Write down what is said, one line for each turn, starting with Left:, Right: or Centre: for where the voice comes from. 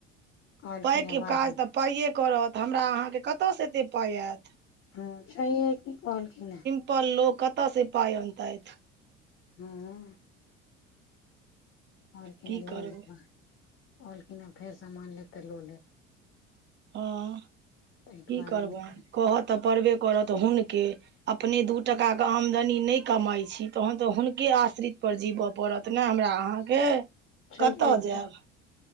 Left: कहलखिन
Right: पाइके
Left: हे बाद
Right: काज
Left: मे
Right: तऽ पाइए करत हमरा अहाँके कतयसँ एतेक पाइ आयत?
Left: हँ छैहे कि कहल कि ने।
Right: अपन लोक कतऽ से पाइ अनतैथ।
Left: हँ कहलखिन
Right: की
Left: लऽ
Right: करबै
Left: लेब, कहलखिन फेर सामान लेब तऽ लऽ लेब
Right: हँ
Left: ताहि
Right: की
Left: दुआरे
Right: करबा
Left: नहि
Right: कहत तऽ परबे करत त हुनके अपने दू टका के आमदनी नहि कमाई छी तहन तऽ हुनके आश्रित पर जीबय पड़त। नहि हमरा अहाँके
Left: छैहे
Right: कतऽ
Left: की
Right: जायब?